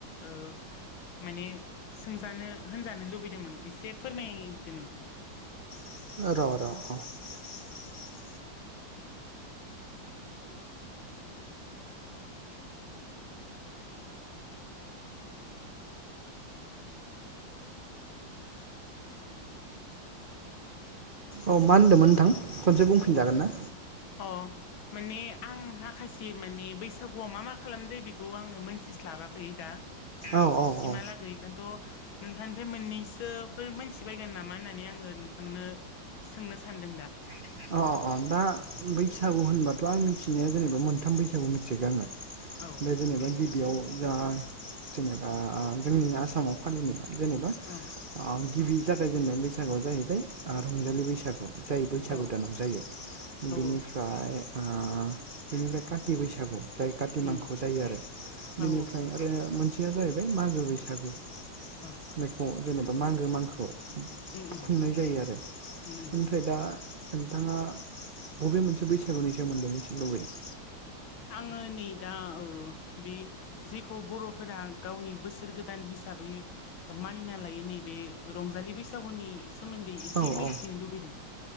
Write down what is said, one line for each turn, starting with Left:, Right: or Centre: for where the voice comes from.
Left: ओ माने सोंजानो होनजानो लुबैदोमोन इसे फोरमायदो नोंथां
Right: र' र' औ मा होनदोमोन नोंथां खनसे बुंफिनजागोन ना?
Left: अ माने आं माखासे माने बैसागुवाव मा मा खालामनाय जायो बेखौ आङो मोनथिस्लाबाखै दा
Right: औ औ
Left: सिमाला
Right: औ
Left: गैयिखानथ' नोंथांनिफ्राय मोननैसोफोर मोनथिबायगोन नामा होननानै आङो नोंथांनो सोंनो सानदों दा
Right: अ अ अ दा
Left: औ
Right: बैसागु होनबाथ' आं मिथिनाया जेनेबा मोनथाम बैसागु मिथिगोन आङो
Left: औ
Right: बे जेनेबा गिबियाव जा जेनेबा जोंनि आसामाव फालिनाय जेनेबा
Left: ओं
Right: गिबि जागायजेननाय बैसागुआ जाहैबाय रंजालि बैसागु जायो बैसागु
Left: औ
Right: दानाव जायो बेनिफ्राय
Left: औ
Right: ओ बेनिफ्राय काथि बैसागु जाय काति
Left: उम
Right: मांखौ जायो आरो बेनिफ्राय
Left: औ
Right: आरो मोनसेया जाहैबाय मागो बैसागु
Left: औ
Right: बेखौ जेनेबा मागो मांखौ
Left: उम उम
Right: खुंनाय जायो आरो
Left: उम उम
Right: ओमफ्राय दा नोंथाङा बबे मोनसे बैसागुनि सोमोन्दै मिथिनो लुबैदों
Left: आङो नै दा बे जेखौ बर'फोरा गावनि बोसोर गोदान हिसाबै हिसाबै मानिना लायो नैबे रंजालि बैसागुनि सोमोन्दै एसे
Right: औ
Left: मिथिनो
Right: औ
Left: लुबैदों